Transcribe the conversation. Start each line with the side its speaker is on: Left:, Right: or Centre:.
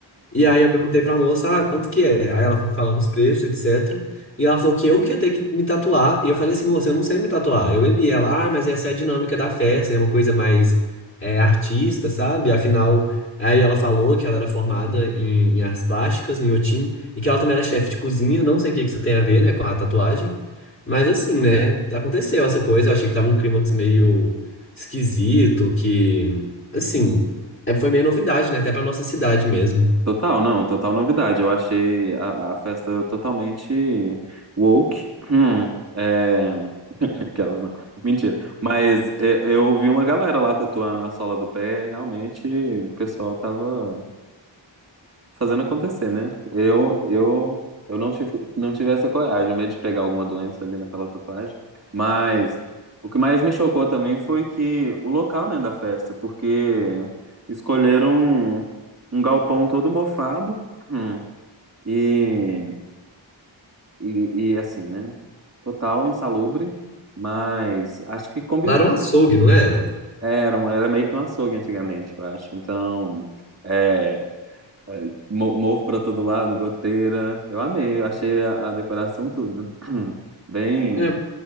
Left: E aí eu perguntei pra moça, ah, quanto que é? Aí ela foi falando os preços, etc. E ela falou que eu que ia ter que me tatuar. E eu falei assim, moça, eu não sei me tatuar. Eu bebi. Ela, ah, mas essa é a dinâmica da festa, é uma coisa mais é, artista, sabe? Afinal, aí ela falou que ela era formada em, em artes plásticas, no Inhotim, e que ela também era chefe de cozinha. Não sei o que que isso tem a ver, né, com a tatuagem. Mas assim, né, aconteceu essa coisa. Eu achei que tava um clímax meio esquisito, que, assim, é- foi meio novidade, né, até pra nossa cidade mesmo.
Right: Total, não, total novidade. Eu achei a, a festa totalmente woke. Hum, é... <laughs> Aquelas não, mentira. Mas é, eu ouvi uma galera lá tatuando a sola do pé, realmente o pessoal tava fazendo acontecer, né? Eu, eu, eu não tive, não tive essa coragem, o medo de pegar alguma doença ali naquela tatuagem. Mas o que mais me chocou também foi que o local, né, da festa, porque escolheram um, um galpão todo mofado, hum, e, e, e assim, né? Total insalubre, mas acho que combinou.
Left: Lá era um açougue, não era?
Right: Era, um- era meio que um açougue antigamente, eu acho. Então, é, Mo- Mofo pra todo lado, goteira. Eu amei, eu achei a, a decoração tudo. <clears throat> Bem,
Left: É,